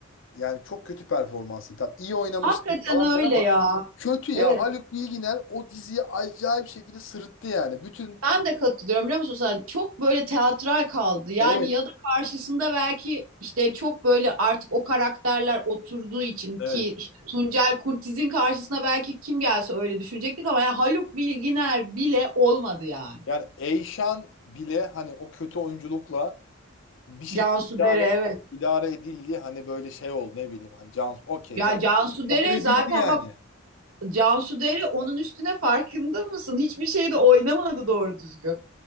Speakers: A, on the left; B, on the right.
A: yani çok kötü performansı. Tam iyi oynamıştı
B: Hakikaten
A: falan
B: öyle
A: filan ama
B: ya.
A: kötü ya.
B: Evet.
A: Haluk Bilginer o diziyi acayip şekilde sırıttı yani. Bütün
B: Ben de katılıyorum biliyor musun sen? Çok böyle teatral kaldı. Yani
A: Evet.
B: ya da karşısında belki işte çok böyle artık o karakterler oturduğu için
A: Evet.
B: ki işte Tuncel Kurtiz'in karşısına belki kim gelse öyle düşünecektik ama ya Haluk Bilginer bile olmadı yani.
A: Yani Eyşan bile hani o kötü oyunculukla bir şekilde
B: Cansu
A: idare,
B: Dere evet.
A: idare edildi. Hani böyle şey oldu ne bileyim. Hani Can, okey
B: Ya
A: Can
B: Cansu Dere
A: kabul edildi
B: zaten
A: yani.
B: bak Cansu Dere onun üstüne farkında mısın? Hiçbir şeyde oynamadı doğru düzgün.